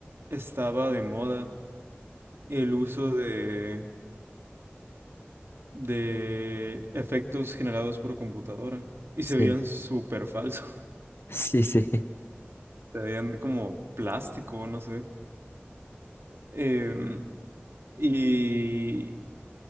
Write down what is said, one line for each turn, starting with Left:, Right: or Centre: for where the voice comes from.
Right: estaba de moda el uso de de efectos generados por computadora y
Left: Sí.
Right: se veían súper falsos,
Left: Sí, sí,
Right: <laughs> se veían como plástico, no sé. Em, y